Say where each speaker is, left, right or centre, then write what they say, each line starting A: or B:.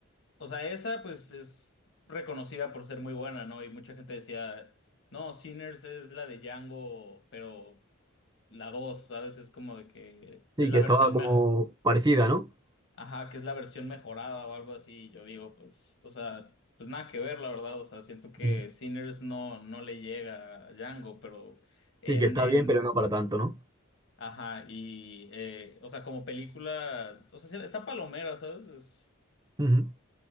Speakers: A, on the left (about 55°); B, on the right (about 20°).
A: o sea, esa pues es reconocida por ser muy buena, ¿no? Y mucha gente decía... No, Sinners es la de Django, pero la 2, ¿sabes? Es como de que
B: Sí,
A: es la
B: que estaba
A: versión
B: como
A: mejor.
B: parecida, ¿no?
A: Ajá, que es la versión mejorada o algo así. Yo digo, pues, o sea, pues nada que ver, la verdad. O sea, siento que
B: Ujú.
A: Sinners no, no le llega a Django, pero en,
B: Sí, que está
A: en,
B: bien, pero no para tanto, ¿no?
A: ajá, y, eh, o sea, como película, o sea, sí, está palomera, ¿sabes? Es,
B: Ujú.